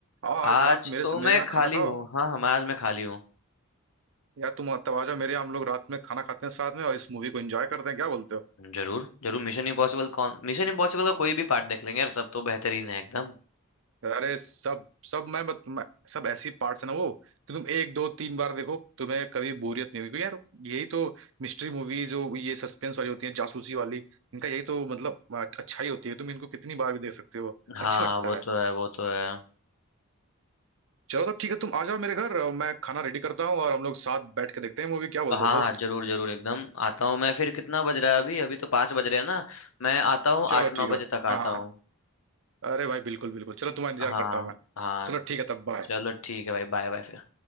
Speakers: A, on the right (about 60°); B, on the left (about 75°).
A: आओ आज
B: आज
A: रात मेरे
B: तो
A: मेरे
B: मैं
A: यहाँ
B: खाली
A: खाना खाओ
B: हूँ हाँ हाँ मैं आज मैं खाली हूँ
A: यार तुम तब आ जाओ मेरे यहाँ हम लोग रात में खाना खाते हैं साथ में और इस मूवी को एंजॉय करते हैं क्या बोलते हो
B: जरूर जरूर मिशन इम्पॉसिबल कौन मिशन इम्पॉसिबल का कोई भी पार्ट देख लेंगे यार सब तो बेहतरीन है एकदम
A: अरे सब सब मैं, मत, मैं सब ऐसी पार्ट्स है ना वो कि तुम एक दो तीन बार देखो तुम्हें कभी बोरियत नहीं होगी क्योंकि यार यही तो मिस्ट्री मूवीज जो ये सस्पेंस वाली होती है जासूसी वाली इनका यही तो मतलब अ- अच्छा ही होती है तुम इनको कितनी बार भी देख सकते हो
B: हाँ
A: अच्छा लगता
B: वो तो
A: है
B: है वो तो है
A: चलो तो ठीक है तुम आ जाओ मेरे घर अ, मैं खाना रेडी करता हूँ और हम लोग साथ बैठ के देखते हैं मूवी क्या बोलते
B: हाँ हाँ
A: हो दोस्त
B: जरूर जरूर एकदम आता हूँ मैं फिर कितना बज रहा है अभी अभी तो पाँच बज रहे हैं ना मैं आता हूँ
A: चलो
B: आठ नौ
A: ठीक
B: बजे
A: है
B: तक
A: हाँ
B: आता
A: हाँ
B: हूँ
A: हाँ। अरे भाई बिल्कुल बिल्कुल चलो तुम्हारा इंतजार
B: हाँ
A: करता हूँ मैं
B: हाँ
A: चलो ठीक है तब बाय
B: चलो ठीक है भाई बाय बाय फिर